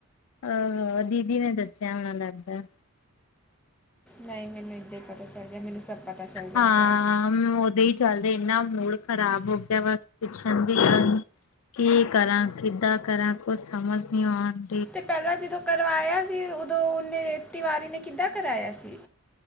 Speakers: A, on the left; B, in the centre.
A: ਅ ਦੀਦੀ ਨੇ ਦੱਸਿਆ ਹੋਣਾ ਲੱਗਦਾ।
B: ਨਹੀਂ ਮੈਨੂੰ ਏਦੀ ਪਤਾ ਚੱਲ ਗਿਆ ਮੈਨੂੰ ਸਭ ਪਤਾ ਚੱਲ ਜਾਂਦਾ
A: ਹਾਂ।
B: ਹੈ
A: ਉਦੇ ਹੀ ਚੱਲਦੇ ਇਨਾ ਮੂਡ ਖ਼ਰਾਬ ਹੋ ਗਿਆ ਵਾ ਪੁੱਛਣ ਦੀ ਕੀ ਕਰਾਂ ਕਿੱਦਾਂ ਕਰਾਂ ਕੁਛ ਸਮਝ ਨੀ ਆਉਣ
B: ਤੇ ਪਹਿਲਾਂ ਜਦੋਂ ਕਰਵਾਇਆ ਸੀ ਉਦੋਂ ਉਹਨੇ ਤਿਵਾਰੀ ਨੇ ਕਿੱਦਾਂ ਕਰਾਇਆ ਸੀ।